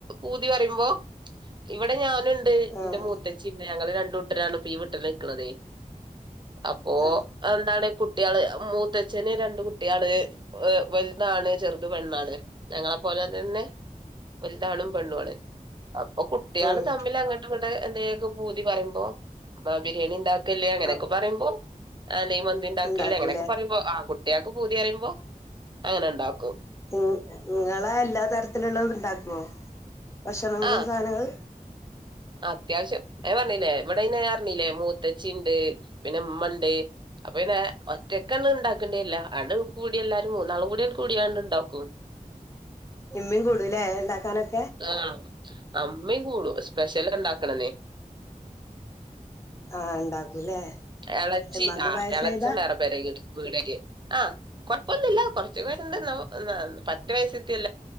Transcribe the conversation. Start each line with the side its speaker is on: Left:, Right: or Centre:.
Right: പുതി പറേമ്പോ ഇവിടെ ഞാൻ ണ്ട്
Left: ആഹ്
Right: ന്റെ മൂതേച്ചിണ്ട്. ഞങ്ങള് രണ്ടുട്ടരാണ് ഇപ്പ ഈ വിട്ടില് നിൽക്കണതേ അപ്പോ
Left: ആഹ്
Right: എന്താണ് കു കുട്ടികള് മൂത്തച്ഛന് രണ്ട് കുട്ടികള് വലുതാണ് ചെറുത് പെണ്ണാണ് ഞങ്ങളെപ്പോലെ തന്നെ വലുതാണും പെണ്ണുമാണ് അപ്പൊ കുട്ടികള്
Left: ഉം
Right: തമ്മിൽ അങ്ങോ ഇ <unintelligible> ഊതി പറിയുമ്പോ ബ ബിരിയാണി ഇണ്ട ക്ക്ല്ലേ അങ്ങനെയൊക്കെ
Left: അ
Right: പറയ്മ്പോ ആഹ് നിമന്തിണ്ടാകില്ലേയ്
Left: ഉണ്ടാക്കൂലേ
Right: ഇങ്ങനൊക്കെ പറയ്മ്പോ ആ കു കുട്ടിയക്ക് പൂതിയറയുമ്പോ അങ്ങനെ ഇണ്ടാക്കും
Left: ഉം നിങ്ങളെ എല്ലാ തരത്തിലുള്ളതും ഉണ്ടാക്ക വോ ഭക്ഷണങ്ങള്
Right: ആഹ്
Left: സാധനങ്ങള്
Right: അത്യാവശ്യം ഞൻ പറഞ്ഞില്ലേ ഇവിടെെയ് അയിന് പറഞ്ഞില്ലേ മൂത്തച്ചിണ്ട് പിന്നെ ഉമ്മണ്ട് അപ്പൊ പിന്നെ ഒറ്റക്കന്നും ഉണ്ടാക്കേണ്ടിണ്ടേല്ല അണ് കൂടി എല്ലാരും മൂന്നാളും കൂടി കൂടിയാണ്ട് ഉണ്ടാക്കും
Left: ഉമ്മം കൂടൂലേ ഉണ്ടാക്കാനൊക്കെ
Right: ആഹ് ഇമ്മിം കൂടും സ്പെഷ്യൽ ഉണ്ടാക്ക്ണന്നേ
Left: ആഹ് ഉണ്ടാക്കൂല്ലേ
Right: എളച്ചി
Left: ഇമ്മാക്ക്
Right: ആ
Left: പായസായതാ
Right: ഇളച്ചം വേറെ പേര വീടെക്കെ ആഹ് കൊഴപ്പില്ല കൊറ ച്ച് <unintelligible> ന്നാ പറ്റെ അത്യാ വയസത്തിഅല്ല